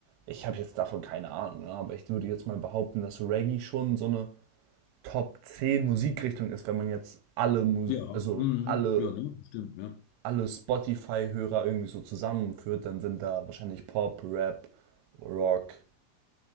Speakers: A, on the right; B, on the left.
A: ich habe jetzt davon keine Ahnung, ne, aber ich würde jetzt mal behaupten, dass Reggae schon so eine Top 10 Musikrichtung ist, wenn man jetzt alle, Mus
B: Ja,
A: also
B: mm,
A: alle,
B: ja, ne? Stimmt, ne?
A: alle Spotify-Hörer irgendwie so zusammenführt, dann sind da wahrscheinlich Pop, Rap, Rock